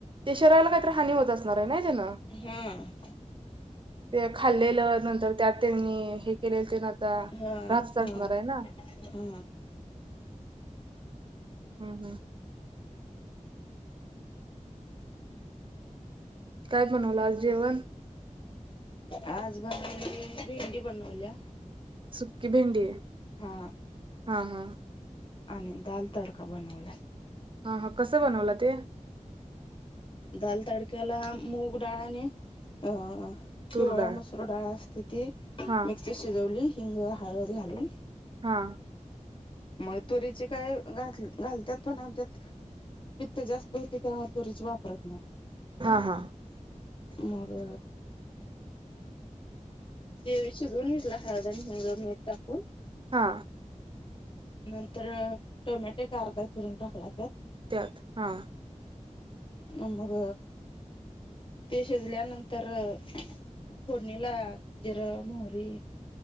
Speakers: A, on the right; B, on the left.
A: ते शरीराला काहीत हानी होत असणार आहे ना त्यानं
B: हम
A: ते खाल्लेलं नंतर त्यात त्यांनी हे केलेलं ते ता
B: हा
A: राात तास
B: हा
A: मार आहे ना
B: हा
A: हम्म हम्म काय पणवला आज जेवण
B: आज बनवली भेंडी बनवल्या
A: सुकी भेंडी आहे
B: हा
A: हा हा
B: आणि दाल तडका बनवला
A: हा हा कसं बनवलं ते
B: दाल तडक्याला मूग डाळाने अ
A: तूर
B: पिवळा
A: डाळ
B: मसूर डाळ असते ती
A: हा
B: मिक्स शिजवली हिंग हळद घालून
A: हा
B: मग तुरीचे काय घ घालतात पण आणतत पित्त जास्त होते तेव्हा तुरीची वापरत नाही
A: हा हा
B: मग तेवे शिजवून घेतला हळद आणि हंग मीठ टाकून
A: हा
B: नंतर टोमॅटे का अर्धा चिरून टाकला
A: त्यात हा
B: नमग ते शिजल्यानंतर फोडणीला जिरं मोहरी